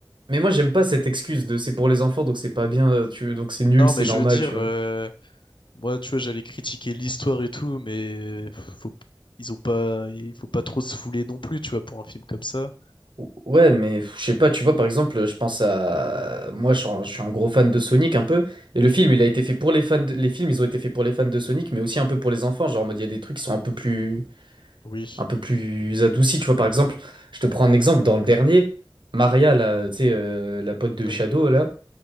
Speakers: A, on the right (about 70°); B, on the left (about 70°).
A: mais moi, j'aime pas cette excuse de c'est pour les enfants, donc c'est pas bien, euh, tu donc c'est nul,
B: Non,
A: c'est
B: mais je
A: normal,
B: veux dire,
A: tu
B: euh,
A: vois.
B: Moi, tu vois, j'allais critiquer l'histoire et tout, mais faut, ils ont pas, il faut pas trop se fouler non plus, tu vois, pour un film comme ça.
A: Ou- Ouais, mais pff, je sais pas, tu vois, par exemple, je pense à... Moi, je suis un, je suis un gros fan de Sonic, un peu, et le film, il
B: Mhm.
A: a été fait pour les fans de- Les films, ils ont été faits pour les fans de Sonic, mais aussi un peu pour les enfants, genre en mode, il y a des trucs qui sont un peu plus...
B: Oui.
A: un peu plus adoucis, tu vois, par exemple, je te prends un exemple, dans le dernier, Maria, là, tu sais, euh, la pote
B: Oui.
A: de Shadow, là,